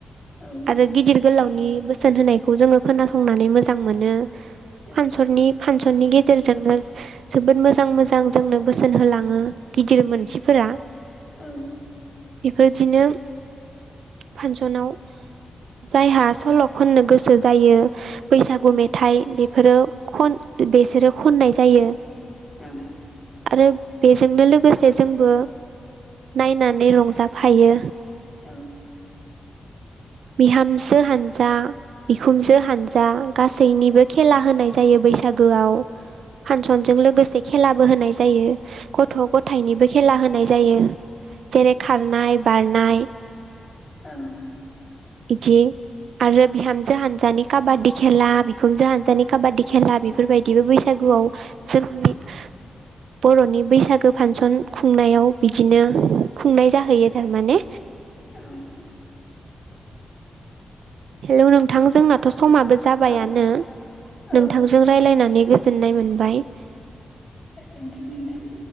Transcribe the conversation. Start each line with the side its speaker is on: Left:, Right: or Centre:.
Left: औ
Right: आरो गिदिर गोलावनि बोसोन होनायखौ जोङो खोनासंनानै मोजां मोनो
Left: औ
Right: फानसननि फानसननि गेजेरजोंनो जोबोद मोजां मोजां जोंनो बोसोन होलाङो। गिदिर मोनसिफोरा
Left: औ
Right: बिदिनो फांसनाव जायहा सल' खननो गोसो जायो बैसागु मेथाइ बेफोरो खन बेसोरो खननाय जायो
Left: ओं ।
Right: आरो बेजोंनो लोगोसे जोंबो नायनानै रंजाफायो
Left: औ ।
Right: बिहामजो हानजा बिखुमजो हानजा गासैनिबो खेला होनाय जायो बैसागोआव फांसनजों लोगोसे खेलाबो होनाय जायो। गथ' गथायाइनिबो खेला होनाय जायो । जेरै खारनाय बारनाय
Left: औ ।
Right: इदि आरो बिहामजो हानजानि काबादि खेला बिखुनजो हानजानि काबादि खेला बेफोरबायदिबो बैसागु <unintelligible> बर'नि बैसागो फांसन खुंनायाव बिदिनो खुंनाय जाहैयो थारमाने
Left: औ ।
Right: हेलौ नोंथां जोंनाथ' समाबो जाबायानो
Left: औ औ
Right: नोंथांजों राय्लायनानै गोजोननाय मोनबाय ।
Left: गोजोनथों नोंथां ।